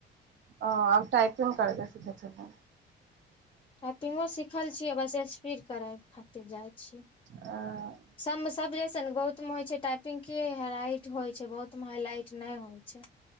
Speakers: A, on the right; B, on the left.
A: ओ आब टाइपो करबै जप
B: टाइपिंगो सिखल छियै बस स्पीड करै ओते जाइ छियै
A: हँ
B: सब मे सब जैसन बहुत मे होइ छै टाइपिंग के हाइलाइट होइ छै बहुत मे हाइलाइट नहि होइ छै